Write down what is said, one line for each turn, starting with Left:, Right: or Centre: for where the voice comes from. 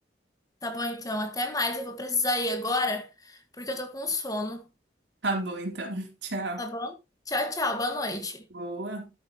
Left: Tá bom então, até mais. Eu vou precisar ir agora, porque eu tô com sono.
Right: Tá bom, então. <laughs> Tchau.
Left: Tá bom? Tchau, tchau. Boa noite.
Right: Boa.